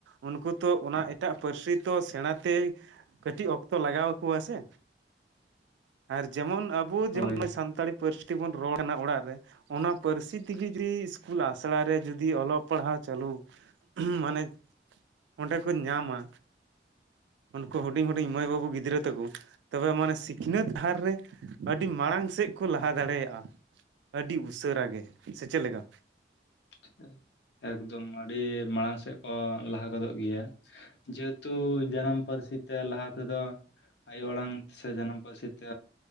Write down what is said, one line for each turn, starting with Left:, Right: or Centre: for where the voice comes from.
Right: ᱩᱱᱠᱩ ᱛᱚ ᱚᱱᱟ ᱮᱴᱟᱜ ᱯᱟᱹᱨᱥᱤ ᱛᱚ ᱥᱮᱬᱟ ᱛᱮ ᱠᱟᱹᱴᱤᱡ ᱚᱠᱛᱚ ᱞᱟᱜᱟᱣ ᱟᱠᱚᱣᱟ ᱥᱮ᱾ ᱟᱨ ᱡᱮᱢᱚᱱ ᱟᱵᱚ
Left: ᱦᱳᱭ
Right: ᱡᱮᱢᱚᱱ ᱥᱟᱱᱛᱟᱲᱤ ᱯᱟᱹᱨᱥᱤ ᱵᱚᱱ ᱨᱚᱲ ᱠᱟᱱᱟ ᱚᱲᱟᱜ ᱨᱮ ᱚᱱᱟ ᱯᱟᱹᱨᱥᱤ ᱛᱤᱜᱮ ᱡᱩᱫᱤ ᱤᱥᱠᱩᱞ ᱟᱥᱲᱟ ᱨᱮ ᱡᱩᱫᱤ ᱚᱞᱚᱜ ᱯᱟᱲᱦᱟᱣ ᱪᱟᱹᱞᱩ ᱢᱟᱱᱮ ᱚᱸᱰᱮ ᱠᱚ ᱧᱟᱢᱟ, ᱩᱱᱠᱩ ᱦᱩᱰᱤᱧ ᱦᱩᱰᱤᱧ ᱢᱟᱹᱭ ᱵᱟᱹᱵᱩ ᱜᱤᱫᱽᱨᱟᱹ ᱛᱟᱠᱩ ᱛᱚᱵᱮ ᱢᱟᱱᱮ ᱥᱤᱠ ᱱᱟᱹᱛ ᱰᱟᱦᱟᱨ ᱨᱮ ᱟᱹᱰᱤ ᱢᱟᱲᱟᱝ ᱥᱮᱫ ᱠᱚ ᱞᱟᱦᱟ ᱫᱟᱲᱮᱭᱟᱜᱼᱟ ᱟᱹᱰᱤ ᱩᱥᱟᱹᱨᱟ ᱜᱮ᱾ ᱥᱮ ᱪᱮᱫ ᱞᱮᱠᱟ?
Left: <unintelligible> ᱮᱠᱫᱚᱢ ᱟᱹᱰᱤ ᱢᱟᱲᱟᱝ ᱥᱮᱫ ᱠᱚ ᱞᱟᱦᱟ ᱜᱚᱫᱚᱜ ᱜᱮᱭᱟ ᱡᱮ ᱛᱩ ᱡᱟᱱᱟᱢ ᱯᱟᱹᱨᱥᱤ ᱛᱮ ᱞᱟᱦᱟ ᱛᱮᱫᱚ ᱟᱭᱳ ᱟᱲᱟᱝ ᱥᱮ ᱡᱟᱱᱟᱢ ᱯᱟᱹᱨᱥᱤ ᱛᱮ